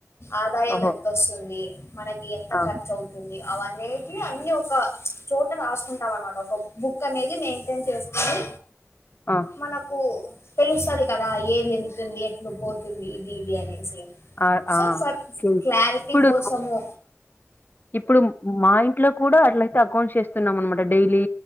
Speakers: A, on the left (about 65°); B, on the left (about 45°).
A: ఆదాయం
B: ఓహో
A: ఎంతొస్తుంది మనకి ఎంత
B: ఆ
A: ఖర్చు అవుతు అ అనేటి అన్ని ఒక చోట రాసుకుంటాం అనమాట ఒక బుక్ అనేది మెయింటైన్ చేసుకొని
B: ఆ
A: మనకు తెలుసది కదా ఏది ఎతుంది ఎట్లు పోతుంది ఇది ఇది అనేసి
B: ఆ
A: సో
B: ఆ
A: ఫ
B: ఓకే
A: క్లారిటీ
B: ఇప్పుడు
A: కోసము
B: ఇప్పుడు మా ఇంట్లో కూడా అట్లయితే అకౌంట్స్ చేస్తున్నాం అనమాట డైలీ